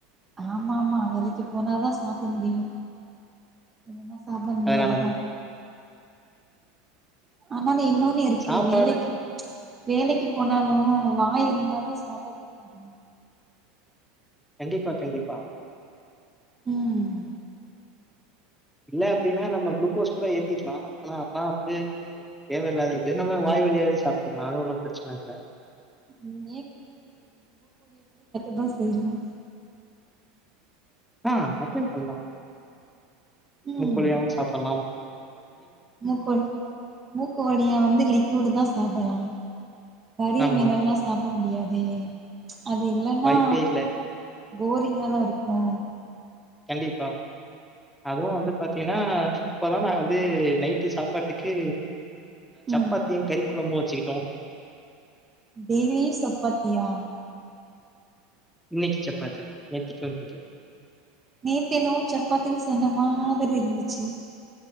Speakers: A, on the right; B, in the centre.
A: ஆமா ஆமா வேலைக்கு போனாதா சாப்ட முடியு இல்லனா சாப்ட முடியாதுதா
B: அதனாலதா.
A: ஆமாங் இன்னொன்னு இருக்கு
B: சாப்பாடு
A: வேலைக்கு வேலைக்கு போனாலு வாய் இருந்தாதா சாப்ட கூட முடியு
B: கண்டிப்பா கண்டிப்பா
A: ம் ம்
B: இல்ல அப்டின்னா நம்ம க்ளுக்கோஸ் கூட ஏத்திக்கலா ஆனா <unintelligible> அது தேவயில்லாதது நம்ம வாய் வழியாவே சாப்ட்டுக்கலா அது ஒன்னு பெரச்சன இல்ல
A: நீங்க தா செய்லா
B: ஆ அப்டியு பண்லா
A: ம்
B: மூக்குவலியாவு சாப்புட்லா
A: மூக்கு மூக்கு வழியா வந்து லிக்யூடுதா சாப்புட்லா கறி
B: ஆமா
A: மீனெல்லா சாப்ட முடியாது தே அது இல்லன்னா
B: வாய்ப்பே இல்ல
A: போரிங்கால்ல இருக்கு
B: கண்டிப்பா அதுவு வந்து பாத்தீங்கன்னா ஆ இப்பதா நா வந்து நைட்டு சாப்பாட்டுக்கு
A: ம்
B: சப்பாத்தியு கறி கொழம்பு <unintelligible>
A: டெய்லியு சப்பாத்தியா
B: இன்னைக்கு சப்பாத்தி நேத்திக்கு இன்னைக்கு
A: நேத்தென்னவோ சப்பாத்தின்னு சொன்ன மாதிரி இருந்துச்சு